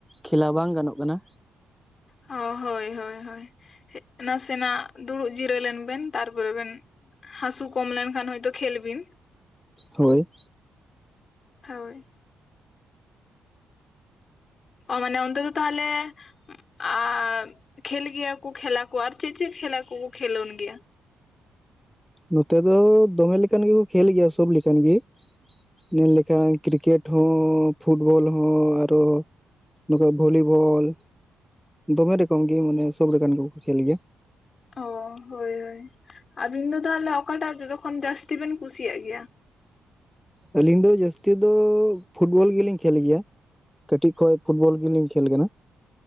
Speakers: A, in the centre; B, on the left.
A: ᱠᱷᱮᱞᱟ ᱵᱟᱝ ᱜᱟᱱᱚᱜ ᱠᱟᱱᱟ᱾
B: ᱚ ᱦᱳᱭ ᱦᱳᱭ ᱦᱳᱭ ᱱᱟᱥᱮᱱᱟᱜ ᱫᱩᱲᱩᱵ ᱡᱤᱨᱟᱹ ᱞᱮᱱ ᱵᱮᱱ᱾ ᱛᱟᱨᱯᱚᱨ ᱵᱮᱱ ᱦᱟᱥᱩ ᱠᱚᱢ ᱞᱮᱱᱠᱷᱟᱱ ᱦᱚᱭᱛᱳ ᱠᱷᱮᱞ ᱵᱤᱱ᱾
A: ᱦᱳᱭ
B: ᱦᱳᱭ ᱚ ᱢᱟᱱᱮ ᱚᱱᱛᱮ ᱫᱚ ᱛᱟᱦᱞᱮ ᱟᱨ ᱠᱷᱮᱞ ᱜᱮᱭᱟ ᱠᱚ ᱠᱷᱮᱞᱟ ᱠᱚ ᱟᱨ ᱪᱮᱫ ᱪᱮᱫ ᱠᱷᱮᱞᱟ ᱠᱚ ᱠᱷᱮᱞᱳᱱ ᱜᱮᱭᱟ?
A: ᱱᱚᱛᱮ ᱫᱚ ᱫᱚᱢᱮ ᱞᱮᱠᱟᱱ ᱜᱮᱠᱚ ᱠᱷᱮᱞ ᱜᱮᱭᱟ ᱥᱳᱵ ᱞᱮᱠᱟᱱ ᱜᱮ, ᱧᱮᱞ ᱞᱮᱠᱷᱟᱱ ᱠᱨᱤᱠᱮᱴ ᱦᱚᱸ ᱯᱷᱩᱴᱵᱚᱞ ᱦᱚᱸ ᱟᱨᱚ ᱱᱚᱠᱟ ᱵᱷᱚᱞᱤᱵᱚᱞ ᱫᱚᱢᱮ ᱨᱮᱠᱚᱢ ᱜᱮ ᱢᱟᱱᱮ ᱥᱚᱵ ᱨᱚᱠᱚᱢ ᱜᱮᱠᱚ ᱠᱷᱮᱞ ᱜᱮᱭᱟ᱾
B: ᱚ ᱦᱳᱭ ᱦᱳᱭ ᱟᱵᱤᱱ ᱫᱚ ᱛᱟᱦᱞᱮ ᱚᱠᱟᱴᱟᱜ ᱡᱚᱛᱚᱠᱷᱚᱱ ᱡᱟᱹᱥᱛᱤ ᱵᱮᱱ ᱠᱩᱥᱤᱭᱟᱜ ᱜᱮᱭᱟ?
A: ᱟᱹᱞᱤᱧ ᱫᱚ ᱡᱟᱹᱥᱛᱤ ᱫᱚ ᱯᱷᱩᱴᱵᱚᱞ ᱜᱮ ᱞᱤᱧ ᱠᱷᱮᱞ ᱜᱮᱭᱟ᱾ ᱠᱟᱹᱴᱤᱜ ᱠᱷᱚᱡ ᱯᱷᱩᱴᱵᱚᱞ ᱜᱮ ᱞᱤᱧ ᱠᱷᱮᱞ ᱠᱟᱱᱟ᱾